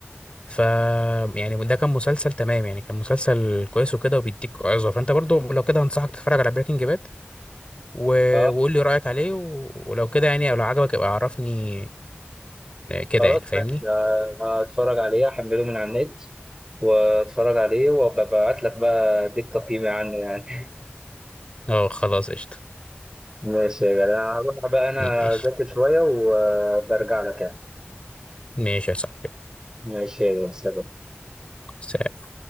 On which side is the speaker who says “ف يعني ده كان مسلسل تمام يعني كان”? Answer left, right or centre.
Left